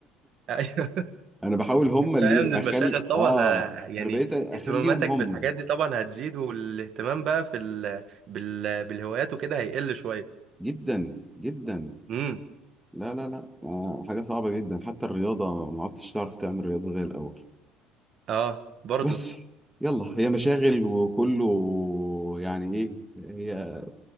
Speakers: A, on the right (about 50°); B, in the centre.
A: ايوه
B: انا بحاول هم اللي
A: أيوة،
B: يبقى
A: من المشاغل
B: اخلي
A: طبعا
B: اه
A: آه، يعني
B: انا بقيت اخليهم
A: اهتماماتك
B: هم
A: بالحاجات دي طبعا هتزيد والاهتمام بقى في ال... بال... بالهوايات وكده هيقل شويه
B: جدا جدا
A: امم
B: لا لا لا آه حاجه صعبه جدا حتى الرياضه ما عدتش تعرف تعمل رياضه زي الاول
A: اه
B: <laughs>
A: برضه
B: بس يلا هي مشاغل وكله يعني ايه هي